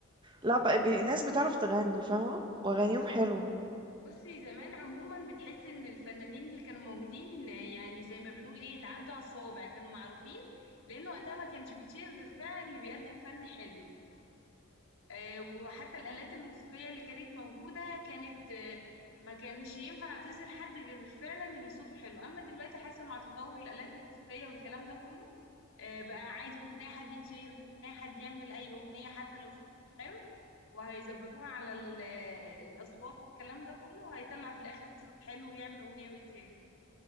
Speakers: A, on the right (about 20°); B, on the left (about 80°).
A: لا بقى بي... الناس بتعرف تغني فاهمة واغانيهم حلوة
B: بصي زمان عموما بتحس ان الفنانين اللي كانوا موجودين آه، يعني زي ما بنقول ايه اتعدوا على الصوابع كانوا معروفين لان وقتها ما كانش بتشير غير فعلا اللي بيقدم فن حلو آه، وحتى الآلات الموسيقية اللي كانت موجودة كانت آه، ما كانش ينفع تعزل حد غير فعلا اللي صوته حلو أما دلوقتي حاسة مع تطور الآلات الموسيقية والكلام ده كله آه، بقى عادي ممكن أي حد يتشير ممكن أي حد يعمل أي أغنية حتى لو صوته مش حلو وهيظبطوها على ال- آه، الأصوات والكلام ده كله وهيطلع في الآخر صوت حلو ويعمل أغنية ويتشير